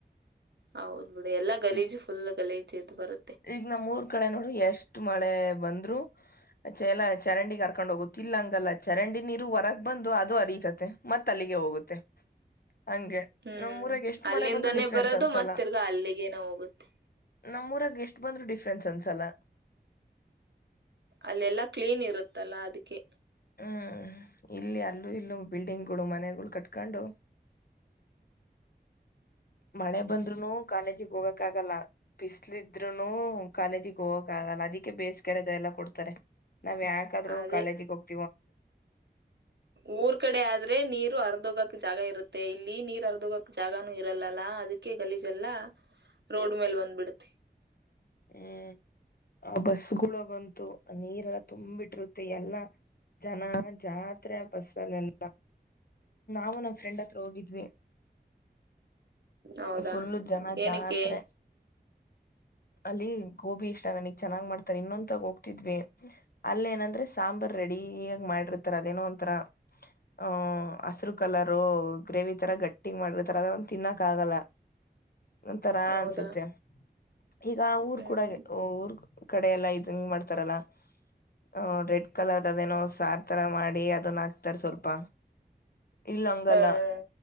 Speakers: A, on the right; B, on the left.
A: ಹೌದ್ ಬಿಡಿ ಎಲ್ಲಾ ಗಲೀಜು
B: ಈ
A: ಫುಲ್ ಗಲೀಜ್ ದು ಬದು
B: ಈಗ ನಮ್ ಮೂರ್ ಕಡೆ ನೋಡು ಎಷ್ಟ್ ಮಳೆ ಬಂದ್ರು ಚ ಎಲ ಚರಂಡಿಗ್ ಹರ್ಕೊಂಡ್ ಹೋಗುತ್ತಿಲ್ಲ ಹಂಗಲ್ಲ ಚರಂಡಿ ನೀರು ಹೊರಗ್ ಬಂದು ಅದು ಅರಿತತೆ ಮತ್ತ್ ಅಲ್ಲಿಗೆ ಹೋಗುತ್ತೆ ಹಂಗೆ
A: ಹ್ಮ್
B: ನಮ್ ಊರಾಗ ಎಷ್ಟ್
A: ಅಲ್ಲಿಂದಾನೇ
B: ಮಳೆ ಬಂದ್ರು ಡಿಫ್ರೆನ್ಸ್
A: ಬರೋದು
B: ಅನ್ಸಲ್ಲ
A: ಮತ್ತ ತಿರ್ಗಾ ಅಲ್ಲಿಗೇನ ಹೋಗುತ್ತೆ
B: ನಮ್ಮೂರಾಗ ಎಷ್ಟ್ ಬಂದ್ರು ಡಿಫ್ರೆನ್ಸ್ ಅನ್ಸಲ್ಲ
A: ಅಲ್ಲೆಲ್ಲಾ ಕ್ಲೀನ್ ಇರುತ್ತಲ್ಲಾ ಅದಕ್ಕೆ
B: ಹ್ಮ್ ಇಲ್ಲಿ ಅಲ್ಲೂ ಇಲ್ಲ ಬಿಲ್ಡಿಂಗ್ಗಳು ಮನೆಗಳು ಕಟ್ಕೊಂಡು ಮಳೆ ಬಂದ್ರುನು ಕಾಲೇಜಿಗೆ ಹೋಗಕ್ ಆಗಲ್ಲ ಬಿಸ್ಲಿದ್ರುನು ಕಾಲೇಜಿಗೆ ಹೋಗಕ ಆಗಲ್ಲ ಅದಕ್ಕೆ ಬೇಸಿಗೆರೆದ ಎಲ್ಲ ಕೊಡ್ತಾರೆ ನಾವ್ ಯಾಕಾದ್ೂ
A: ಅದೇ
B: ಕಾಲೇಜಿಗೆ ಹೋಗ್ತವಿ
A: ಊರ್ ಕಡೆ ಆದ್ರೆ ನೀರ್ ನೀರು ಅರ್ಧ ಹೋಗಕ್ ಜಾಗ ಇರುತ್ತೆ ಇಲ್ಲಿ ನೀರ್ ಅರ್ಧೋಗಕ ಜಾಗಾನೂ ಇರಲ್ಲಾ ಅದಕ್ಕೆ ಗಲೀಜೆಲ್ಲ ರೋಡ್ ಮೇಲೆ ಒಂದ್ಬಿಡುತ್ತೆ
B: ಹ್ಮ್ ಆ ಬಸ್ ಗಂತು ನೀರೆಲ್ಲ ತುಂಬಿಟ್ಟಿರುತ್ತೆ ಎಲ್ಲ ಜನ ಜಾತ್ರೆ ಬಸ್ಸಲ್ಲ ಎಲ್ಲ ನಾವು ನಮ್ಮ್ ಫ್ರೆಂಡ್ ಹತ್ರ ಹೋಗಿದ್ವಿ
A: ಹೌದಾ
B: ಫುಲ್ಲು ಜನ
A: ಏನಕ್ಕೆ
B: ಜಾತ್ರೆ ಅಲ್ಲಿ ಗೋಬಿ ಇಷ್ಟ ನನಗ್ ಚನಾಗ್ ಮಾಡ್ಾರೆ ಇನ್ನೊಂದ ಹೋಗ್ ಅಲ್ಲ ಏನಂದ್ರೆ ಸಾಂಬಾರ್ ರೆಡಿಯ ಮಾಡಿರ ರ ಅದೇನೋ ಒಥರ ಹ ಹಸರು ಕಲರು ಗ್ರೇವಿ ಈ ತರ ಗಟ್ಟಿಂಗ ಮಾಡಿರ್ತರ ಅದ ತಿನ್ನಾಕ್ ಕಾಗಲ ಒಂತರಾ
A: ಹೌದಾ
B: ಅನ್ಸುತ್ತೆ ಈಗ ಊರ್
A: ಹ್ಮ್
B: ಕೂಡಾಗ ಊರ್ ಕಡೆ ಎಲ್ಲಾ ಇದಂಗ ಮಾಡ್ತಾರಲ್ಲ ಅ ರೆಡ್ ಕಲರ್ ಅದೇನೋ ಸಾರ್ ತರ ಮಾಡಿ ಅದನ್ನ ಹಾಕ್ತಾರ ಸ್ವಲ್ಪ ಇಲ್ಲ ಹಂಗಲ್ಲ
A: ಹ್ಮ್